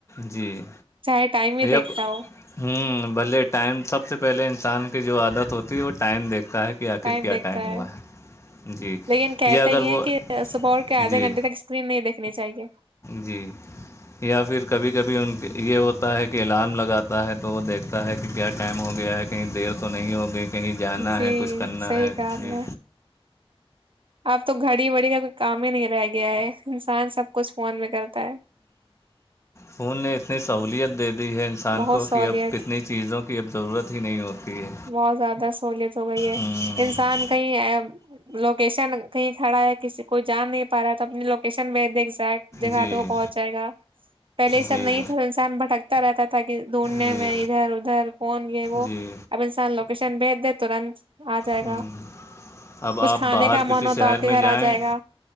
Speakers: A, on the left; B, on the right.
A: جی
B: چاہے ٹائم ہی
A: یا
B: دیکھتا ہو
A: ہوں بھلے ٹائم سب سے پہلے انسان کی جو عادت ہوتی ہے وہ ٹائم دیکھتا ہے کہ آخر
B: ٹائم
A: کیا
B: دیکھتا ہے
A: ہوا جی
B: لیکن کہتے
A: یا اگر
B: یہ ہے
A: وہ
B: کہ صبح کے آدھے
A: جی
B: گھنٹے تک اسکرین نہیں دیکھنی چاہیے
A: جی یا پھر کبھی کبھی ان کے یہ ہوتا ہے کہ الارم لگاتا ہے تو وہ دیکھتا ہے کہ کیا ٹائم ہو گیا ہے کہیں دیر تو نہیں ہوگی کہیں جانا
B: جی
A: ہے کچھ کرنا
B: صحیح
A: ہے
B: کہا آپ
A: جی
B: نے اب تو گھڑی بڑی کا کوئی کام ہی نہیں رہ گیا ہے انسان سب کچھ فون میں کرتا ہے
A: فون نے اتنی سہولیت دے دی ہے انسان
B: بہت
A: کو
B: سہولیت
A: کہ اب کتنی چیزوں کی اب ضرورت ہی نہیں ہوتی ہے
B: بہت زیادہ سہولیت ہو گئی ہے
A: ہوں
B: انسان کہ لوکیشن کہیں کھڑا ہے کسی کوئی جا نہیں پا رہا ہے تو اپنی کشن وید ایگزٹ جگہ
A: جی
B: تھا وہ پہنچ جائے گا پہلے یہ سب
A: جی
B: نہیں تھا انسان بھٹکتا رہتا تھا کہ ڈونڈنے
A: جی
B: میں ادھر ادھر کون یہ وہ
A: جی
B: اپ سان لوکیشن بھیٹ دی دتاوں ر آ جائے
A: ہوں
B: گا
A: اب
B: کچھ
A: آپ
B: کھانے
A: باہر
B: کا
A: کسی
B: من ہو
A: شہر
B: تو آپ کے
A: میں
B: گھر
A: جائیں
B: آ جائے گا